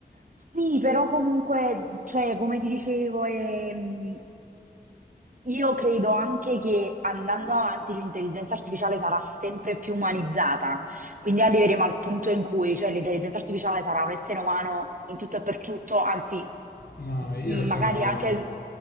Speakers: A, on the right; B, on the left.
A: sì, però comunque, cioè, come ti dicevo, ehm, io credo anche che andando avanti l'intelligenza artificiale sarà sempre più umanizzata. Quindi arriveremo al punto in cui, cioè, l'intelligenza artificiale sarà un essere umano in tutto e per tutto, anzi,
B: No, io
A: m-
B: sono...
A: magari anche